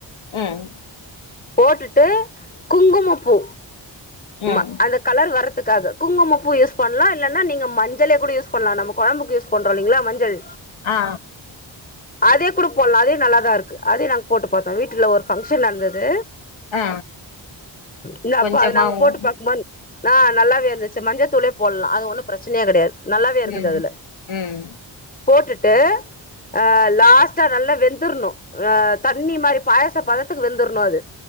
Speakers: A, on the left (about 90°); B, on the left (about 20°).
A: உம்
B: போட்டுட்டு குங்கும பூ
A: ம்
B: மா அந்த கலர் வர்ற க்காக குங்கும பூ யூஸ் பண்லா இல்ல ன்னா நீங்க மஞ்சளே கூட யூஸ் பண்ணலா நம்ம கொழம்புக்கு யூஸ் பண்றோ போடுரோலீங்களா மஞ்சள்
A: ஆ
B: அதே கூட போடலா அதே நல்லாதா இருக்கு அதே நாங்க போட்டு பாத் வீட்டுல ஒரு ஃபங்க்ஷன் நடந்தது
A: ஆ
B: இந்தா
A: கொஞ்சமா
B: அப்போ அது நாங்க போட்டு
A: ம்
B: பாக்குமன் னா நல்லாவே இருந்துச்சு மஞ்சத்தூளே போடலா அது ஒண்ணு பிரச்சனயே கெடையாது நல்லாவே இருக்குது
A: ம்
B: அதுல
A: ம்
B: போட்டுட்டு அஹ் லாஸ்ட்டா நல்லா வெந்துர்ணு ஆஹ தண்ணி மாரி பாயச பதத்துக்கு வெந்துர்ணு அது